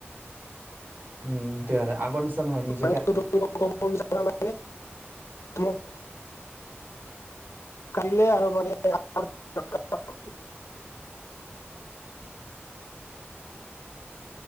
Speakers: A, on the right; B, on the left.
A: উম সেইটো আৰু আগৰ নিচনা নহয় নিজ,
B: <unintelligible> মোক কালিলে আৰু মানে, <unintelligible>